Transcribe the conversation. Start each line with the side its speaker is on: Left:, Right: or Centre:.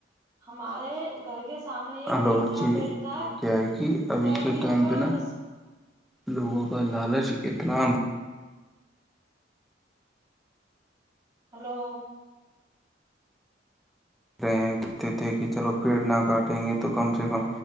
Right: ہمارے گھر کے سامنے ایک
Centre: ہلو
Right: نیو کا
Centre: جی
Right: پیڑ تھا
Centre: یہ کیا ہے کہ ابھی
Right: گرمیوں
Centre: کے ٹائم
Right: میں
Centre: پہ نا
Right: اس
Centre: لوگوں کا
Right: ہوں
Centre: لالچ اتنا
Right: ہلو
Centre: رہے ہیںتے تھے کہ چلو پیڑ نہ کاٹیں گے تو کم سے کم